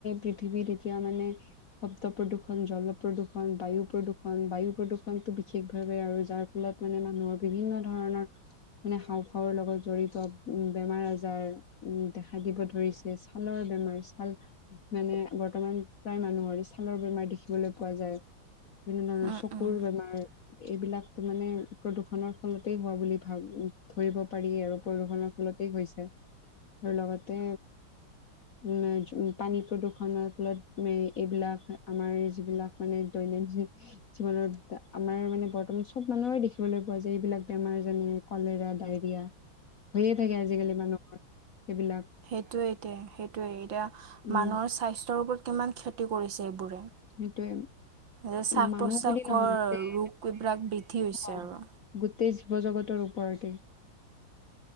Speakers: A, on the left (about 50°); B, on the right (about 70°).
A: পৃথিৱীত এতিয়া মানে শব্দ প্ৰদূৰ্ষণ, জল প্ৰদূষণ, বায়ু প্ৰদূষণ, বায়ু প্ৰদূ টো, বিশেষ ভাৱে আৰু যাৰ ফলত মানে মানুহৰ বিভিন্ন ধৰণৰ মানে হাওঁফাওৰ লগত জড়িত বেমাৰ, আজাৰ উ, দেখা দিব ধৰে। ছালৰ বেমাৰ, ছাল মানে বৰ্তমান প্ৰায় মানুহৰে ছালৰ বেমাৰ দেখিবলৈ পাই। পোৱা যায়। বিভিন্ন ধৰণৰ
B: উম
A: চকুৰ
B: উম।
A: বেমাৰ এইবিলাক মানে প্ৰদূৰণৰ ফলতেই হোৱা বুলি ভাব ধৰিব পাৰি আৰু প্ৰদূষনৰৰ ফলতেই হৈছে। লগতে উ, উ, পানী প্ৰদূৰষনৰৰ ফলত এইবিলাক, আমাৰ যিবিলাক মানে দৈনন্দিন জীৱনৰ আমাৰ মানে বৰ্তমান চব মানুহে দেখিবলৈ পোৱা যায়। এইবিলাক বেমাৰ যেনে কলেৰা, ডায়ৰিয়া হৈয়ে থাকে, আজিকালি মানুহৰ। সেইবিলাক
B: সেইটোয়ে এতিয়া, সেইটোৱে এতিয়া
A: উম
B: মানুহৰ স্বাস্থ্যৰ ওপৰত কিমান ক্ষতি কৰিছে, এইবোৰে।
A: সেইটোৱেই।
B: যে শ্বাস
A: মানুহ
B: প্ৰশ্বাসৰ
A: বুলি নহয়, গোটেই
B: ৰোগ এইবিলাক বৃদ্ধি হৈছে
A: অ,
B: আৰু
A: গোটেই জীৱ জগত ৰ, ওপৰতে।